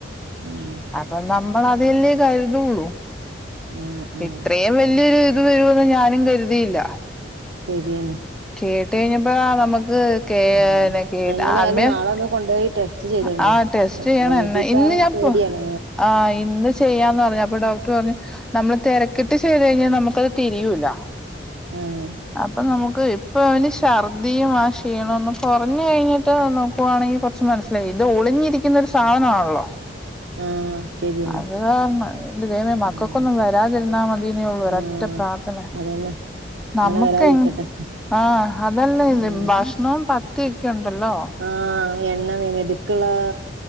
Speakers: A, on the right; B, in the centre.
A: ഉം
B: അപ്പൊ നമ്മൾ അതില്ലേ കരുതുള്ളൂ
A: ഉം ഉം
B: ഇത്രയും വലിയൊരു ഇത് വരുന്ന് ഞാനും കരുതിയില്ല
A: ശരിയാണ്
B: കേട്ട് കഴിഞ്ഞപ്പോ നമുക്ക് <unintelligible>
A: ഉം എങ്ങനെയായാലും നാളെ ഒന്ന് കൊണ്ടുപോയി ടെസ്റ്റ് ചെയ്തോണ്ടേ
B: ടെസ്റ്റ്ചെയ്യണം
A: മഞ്ഞപ്പീത്ത
B: ന്നെ ഇന്ന് ഞാ
A: പേടിയാണ്
B: പോ ആഹ് ഇന്ന് ചെയ്യാന്ന് പറഞ്ഞ്. അപ്പൊ ഡോക്ടർ പറഞ്ഞ്, നമ്മള് തെരക്കിട്ട് ചെയ്ത് കഴിഞ്ഞാ നമ്മക്കത് തിരിയൂല്ല.
A: ആഹ്
B: അപ്പൊ നമുക്ക് ഇപ്പൊ അവന് ശ ർദിയും ആ ക്ഷീണം ഒന്ന് കുറഞ്ഞു കഴിഞ്ഞിട്ട് നോ പ്പോ വാണെങ്കിൽ കുറച്ച് മനസ്സിലായി ഇത് ഒളിഞ്ഞിരിക്കുന്ന ഒരു സാധനമാണല്ലോ
A: ആഹ് ശരിയാണ്
B: അത് കാരണം എന്റെ ദൈവമേ മക്കൾക്കൊന്നും
A: ഉം
B: വരാതിരുന്നാ മതീന്നൊള്ള
A: ആഹ്
B: ഒറ്റ പ്രാർത്ഥന
A: അതന്നെ
B: നമക്ക്
A: അങ്ങനെ വരാതിരിക്കട്ടെ
B: എ ആഹ് അതല്ല ഇത്
A: ഉം
B: ഭക്ഷണവും പത്ത്യക്കെ ഉണ്ടല്ലോ
A: ആഹ് എണ്ണമെത്ക്ക്ള്ളേ